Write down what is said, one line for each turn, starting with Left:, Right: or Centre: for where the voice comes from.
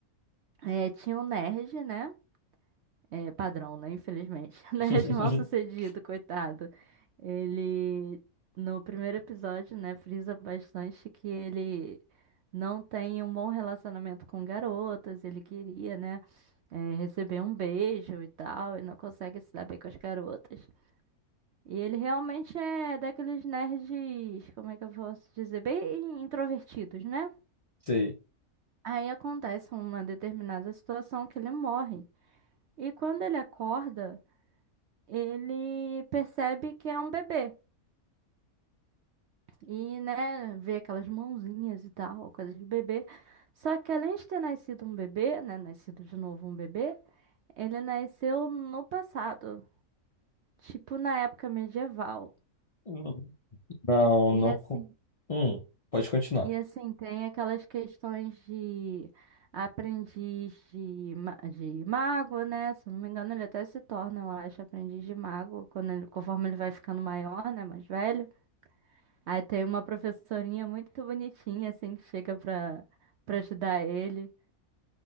Right: É, tinha um nerd, né? É, padrão, né? Infelizmente. <laughs> Né?
Left: <laughs>
Right: De mal-sucedido, coitado. Ele, no primeiro episódio, né, frisa bastante que ele não tem um bom relacionamento com garotas. Ele queria, né, é, receber um beijo e tal, e não consegue se dar bem com as garotas. E ele realmente é daqueles nerds, como é que eu posso dizer? Bem introvertidos, né?
Left: Sei.
Right: Aí acontece uma determinada situação que ele morre. E quando ele acorda. ele percebe que é um bebê. E, né, vê aquelas mãozinhas e tal, coisa de bebê. Só que além de ter nascido um bebê, né, nascido de novo um bebê, ele nasceu no passado, tipo na época medieval.
Left: Hum. Não, não.
Right: E assim,
Left: co- Hum. Pode continuar.
Right: e assim tem aquelas questões de aprendiz de, ma- de mago, né? Se eu não me engano, ele até se torna, eu acho, aprendiz de mago quando ele- conforme ele vai ficando maior, né, mais velho. Aí tem uma professorinha muito bonitinha, assim, que chega pra, pra ajudar ele.